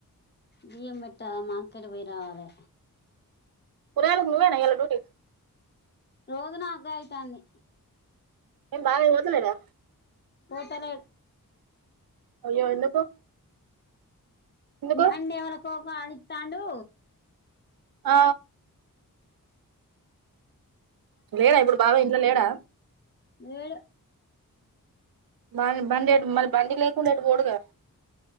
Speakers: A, on the left; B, on the right.
A: బియ్యం పెట్టాల మార్కెట్ పోయి రావాలె
B: కొయాళ్కు నువ్వేనా ఎలా డూటీ
A: రోజు నాగా కాలుతోంది
B: నేను బాగా ఎరుతున్నానా
A: పోతనే
B: అయ్యో ఎందుకు ఎందుకు
A: అన్నే వరస వాడుతాండు
B: ఆ లేడా ఇప్పుడు బావ ఇంట్లో లేడా
A: లేడూ
B: బ బండి అ మళ్ళీ బండి లేకుండా అటు పోడూకదా